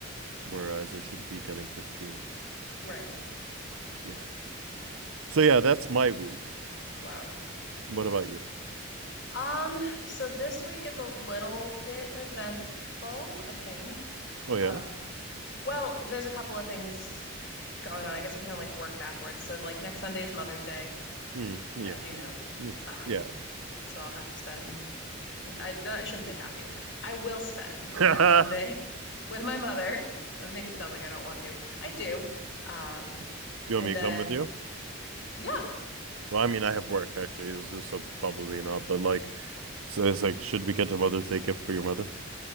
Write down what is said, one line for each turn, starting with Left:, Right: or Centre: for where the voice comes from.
Right: whereas I should be getting fifteen.
Left: Right.
Right: Yeah. So yeah, that's my week.
Left: Wow.
Right: What about you?
Left: Um, so this week is a little bit eventful, I think.
Right: Oh yeah.
Left: Um, Well, there's a couple of things going on. I guess we can like work backwards. So like next Sunday is Mother's Day,
Right: Hmm. yeah.
Left: as you know. Um,
Right: Yeah.
Left: so I'll have to spend I, I shouldn't say have to. I will spend
Right: <laughs>
Left: next Sunday <laughs> with my mother. That makes it sound like I don't want to. I do. Um,
Right: Do you want
Left: and
Right: me to
Left: then
Right: come with you?
Left: yeah,
Right: Well, I mean,
Left: absolutely.
Right: I have work actually, so, so probably not. But like, so it's like, should we get a Mother's Day gift for your mother,